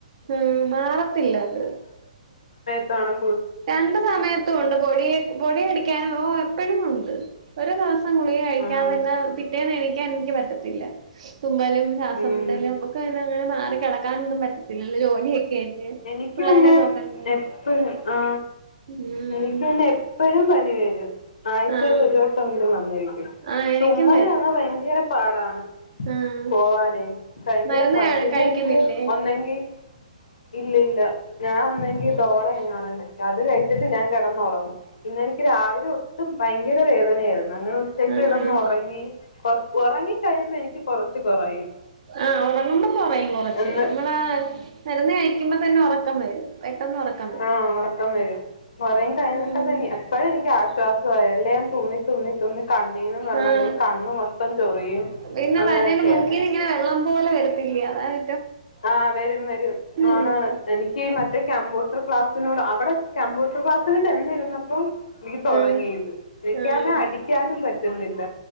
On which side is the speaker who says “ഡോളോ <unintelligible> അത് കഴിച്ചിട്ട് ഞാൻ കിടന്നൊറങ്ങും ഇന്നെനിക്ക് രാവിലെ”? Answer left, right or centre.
Left